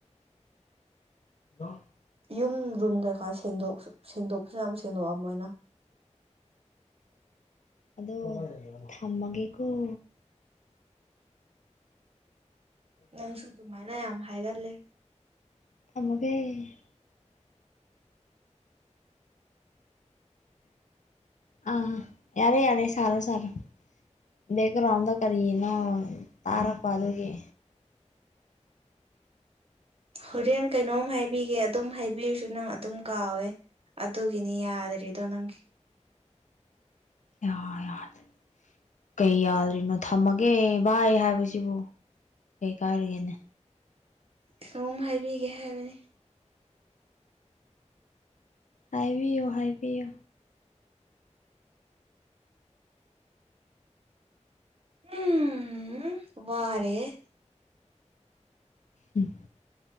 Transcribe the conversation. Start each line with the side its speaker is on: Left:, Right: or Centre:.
Left: <unintelligible>
Right: ꯌꯨꯝ ꯔꯨꯝ ꯀꯩꯀꯥꯦꯡꯗ ꯁꯦꯡꯗꯣꯛꯄꯁꯨ ꯌꯥꯝ ꯁꯦꯡꯗꯣꯛꯑ ꯃꯣꯏꯅ
Left: ꯑꯗꯣ ꯊꯝꯃꯒꯦꯀ‌ꯣ
Right: ꯅꯪꯁꯨ ꯑꯗꯨꯃꯥꯏꯅ ꯌꯥꯝ ꯍꯥꯏꯔꯂꯦ
Left: ꯊꯝꯃꯒ‌ꯦ ꯑꯥ ꯌꯥꯔꯦ ꯌꯥꯔꯦ ꯁꯔꯣ ꯁꯔꯣ ꯕꯦꯛꯒ꯭ꯔꯥꯎꯟꯗ ꯀꯔꯤꯅꯣ ꯇꯥꯔꯛꯄ ꯑꯗꯨꯒꯤ
Right: ꯍꯣꯔꯦꯟ ꯀꯩꯅꯣꯝ ꯍꯥꯏꯕꯤꯒꯦ ꯑꯗꯨꯝ ꯍꯥꯏꯕꯤꯔꯨꯁꯨ ꯅꯪ ꯑꯗꯨꯝ ꯀꯥꯎꯋꯦ ꯑꯗꯨꯒꯤꯅꯤ ꯌꯥꯗꯔꯤꯗꯣ ꯅꯪꯒꯤ
Left: ꯌꯥ ꯌꯥꯗ‌ꯦ ꯀꯩ ꯌꯥꯗ꯭ꯔꯤꯅꯣ ꯊꯝꯃꯒꯦ ꯚꯏ ꯍꯥꯏꯕꯁꯤꯕꯨ ꯀꯩ ꯀꯥꯏꯔꯒꯦꯅꯦ
Right: ꯀꯩꯅ‌ꯣꯝ ꯍꯥꯏꯕꯤꯒꯦ ꯍꯥꯏꯕꯅꯤ
Left: ꯍꯥꯏꯕꯤꯌꯨ ꯍꯥꯏꯕꯤꯌꯨ
Right: ꯎꯝ ꯋꯥꯔꯦ
Left: ꯎꯝ